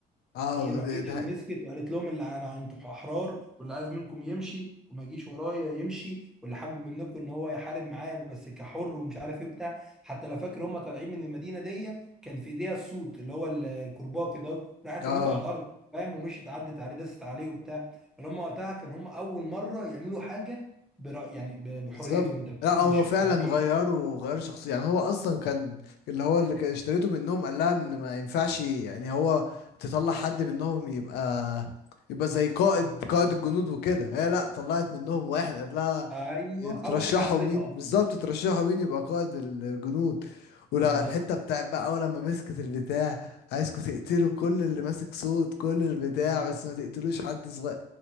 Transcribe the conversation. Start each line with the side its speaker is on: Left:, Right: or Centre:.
Left: اه
Centre: هي الوحيده
Left: دي, دي...
Centre: اللي
Left: حي-
Centre: مسكت وقالت لهم اللي انا انتوا احرار واللي عايز منكم يمشي وما يجيش ورايا يمشي واللي حابب منكم ان هو يحارب معايا بس كحر ومش عارف ايه بتاع حتى لو فاكر هم طالعين من المدينه دي كان في ايديها السوط اللي هو الكرباج كده راحت
Left: اه
Centre: رميته على الارض فاهم ومشيت عدت عليه دست عليه وبتاع اللي هم وقتها كان هم اول مره يعملوا حاجه برأي يعني ب- بحريتهم
Left: بالظبط
Centre: انت فاهم
Left: لا هو
Centre: مش
Left: فعلا
Centre: عبيد
Left: غيروا غيروا شخصية يعني هو اصلا كان اللي هو اللي كان اشتريته منهم قال لها ان ما ينفعش يعني هو تطلع حد منهم يبقى يبقى زي قائد قائد الجنود وكده هي لا طلعت منهم واحد قال لها
Centre: ايوه
Left: ترشحوا
Centre: اول حاجه عملتها
Left: مين
Centre: اصلا
Left: بالظبط ترشحوا مين يبقى قائد الجنود ولا
Centre: بالظبط
Left: الحتة بتاعت بقى اول لما مسكت البتاع عايزكوا تقتلوا كل اللي ماسك صوت كل البتاع
Centre: آه.
Left: بس ما تقتلوش حد صغير